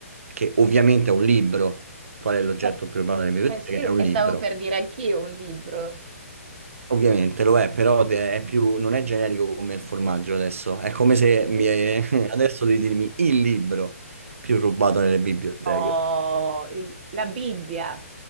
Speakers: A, on the right; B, on the right.
A: che ovviamente è un libro. Qual è l'oggetto
B: Beh,
A: più rubato nelle biblioteche?
B: beh, sì,
A: È un
B: e
A: libro.
B: stavo per dire anch'io un libro.
A: Ovviamente lo è, però de- è più- non è generico come il formaggio adesso. È come se
B: <laughs>
A: mi, <laughs> adesso devi dirmi il libro più rubato nelle biblioteche.
B: Oh, il- la Bibbia.